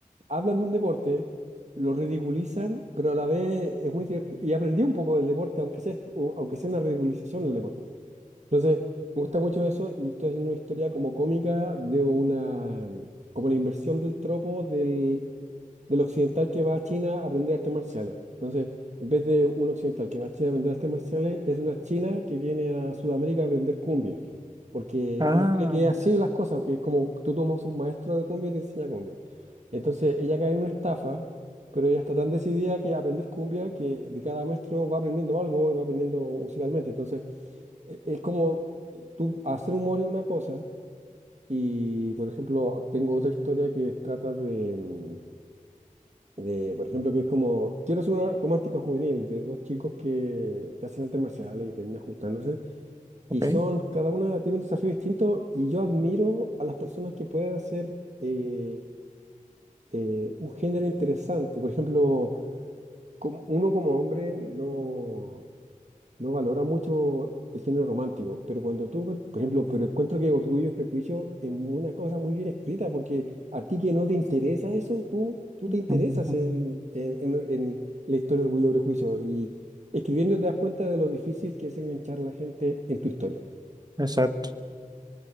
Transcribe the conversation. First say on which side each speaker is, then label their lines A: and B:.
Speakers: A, on the right; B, on the right.
A: hablan de un deporte, lo ridiculizan, pero a la vez es muy divertido. Y aprendí un poco del deporte, aunque sea, est- o- aunque sea una ridiculización del deporte. Entonces, me gusta mucho eso y estoy haciendo una historia como cómica de una, como la inversión del tropo del, del occidental que va a China a aprender artes marciales. Entonces, en vez de un occidental que va a China a aprender artes marciales, es una china que viene a Sudamérica a aprender cumbia, porque
B: Ah,
A: ella cree que es así las cosas, que es como tú tomas un maestro de cumbia y te enseña cumbia. Entonces, ella cae en una estafa, pero ella está tan decidida que aprender cumbia que de cada maestro va aprendiendo algo y va aprendiendo musicalmente. Entonces, e- es como eh, tú hacer humor es una cosa. Y, por ejemplo, tengo otra historia que trata de, mm, de, por ejemplo, que es como, quiero hacer una romántica juvenil de dos chicos que, que hacen artes marciales y terminan juntándose, y
B: ok.
A: son, cada una tiene un desafío distinto, y yo admiro a las personas que pueden hacer eh, eh, un género interesante. Por ejemplo, como- uno como hombre no no valora mucho el género romántico, pero cuando tú, por ejemplo, pero encuentro que Orgullo y Prejuicio es una cosa muy bien escrita, porque a ti que no te interesa eso, tú, tú te interesas
B: Ujú.
A: en, en, en- en la historia de Orgullo y Prejuicio, y escribiendo te das cuenta de lo difícil que es enganchar a la gente en tu historia.
B: Exacto.